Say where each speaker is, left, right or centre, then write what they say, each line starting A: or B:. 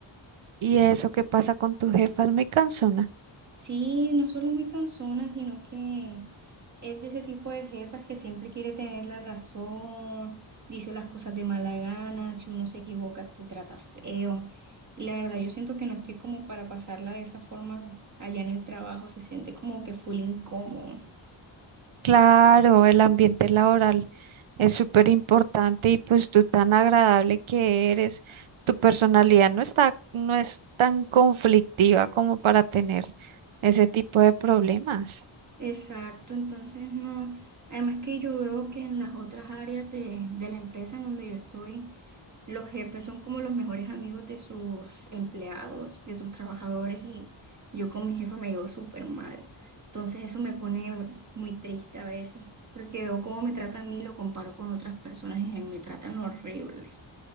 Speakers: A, on the right (about 85°); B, on the right (about 40°).
A: ¿Y eso qué pasa con tu jefa? Es muy cansona.
B: Sí, no solo muy cansona, sino que es de ese tipo de jefas que siempre quiere tener la razón, dice las cosas de mala gana, si uno se equivoca te trata feo. Y la verdad, yo siento que no estoy como para pasarla de esa forma allá en el trabajo, se siente como que full incómodo.
A: Claro, el ambiente laboral es súper importante y pues tú tan agradable que eres, tu personalidad no está, no es tan conflictiva como para tener ese tipo de problemas.
B: Exacto, entonces no. Además que yo veo que en las otras áreas de, de la empresa en donde yo estoy, los jefes son como los mejores amigos de sus empleados, de sus trabajadores y yo con mi jefa me llevo súper mal. Entonces eso me pone muy triste a veces, porque veo cómo me trata a mí y lo comparo con otras personas y me tratan horrible.